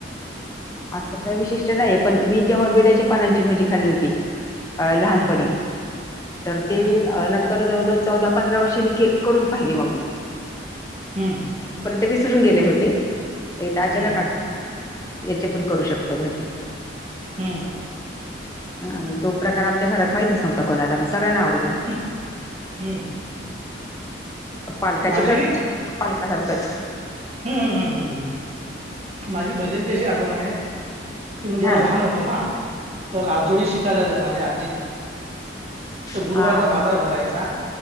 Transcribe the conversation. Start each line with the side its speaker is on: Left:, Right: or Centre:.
Left: असं काही विशिष्ट नाही, पण मी जेव्हा वीड्याच्या पानांची भजी खाल्ली होती. अ लहानपणी,
Right: हम्म
Left: तर ते
Right: हम्म
Left: तर जवळजवळ, चौदा, पंधरा, वर्षांनी करून पाहिली मग मी.
Right: हम्म.
Left: परंतु विसरून गेले होते, एकदा अचानक
Right: हम्म
Left: याचे पण करू शकतो भाजी
Right: हम्म
Left: हा मग तो प्रकार आमच्या घरात माहितच नव्हता कोणाला मग सगळ्यांना आवडला
Right: ह हम्म
Left: पालकाची
Right: माझी
Left: कर पालकासारखंच
Right: हम्, हम्म, हम्, हम्म, हम्म माझी भजनची अशी आठवण आहे. ते मी जेव्हा
Left: हा
Right: लहान होतो ना, तर आजोळी शिकायला जाई माझी आजी गुरुवारचा
Left: हा हा
Right: बाजार भरायचा.